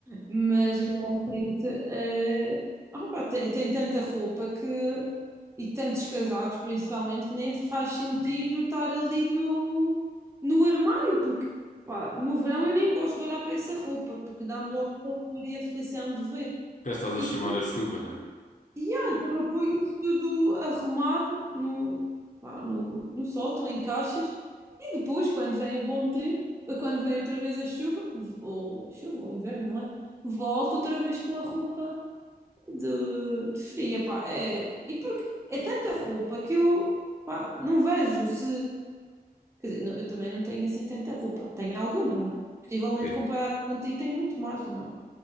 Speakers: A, on the right; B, on the left.
A: mas realmente eh, ah, pá, tem, tem tanta roupa que e tantos casacos, principalmente, que nem faz sentido estar ali no, no armário, porque pá, no verão eu nem gosto de olhar para essa roupa, porque dá-me logo calor e aflição de ver.
B: Já estás a
A: E,
B: chamar a chuva, não é?
A: e ah, então eu ponho isso tudo arrumado no, pá, no, no sótão, em caixas. E depois, quando vem o bom tempo, quando vem outra vez a chuva, ou a chuva, ou o inverno, não é? Volto outra vez com a roupa de, de fria, pá. É, e porque é tanta roupa que eu, pá, não vejo se. Quer dizer, não- eu também não tenho assim tanta roupa. Tenho alguma, não é? Possivelmente
B: Sim.
A: comparada contigo, tenho muito mais, não é?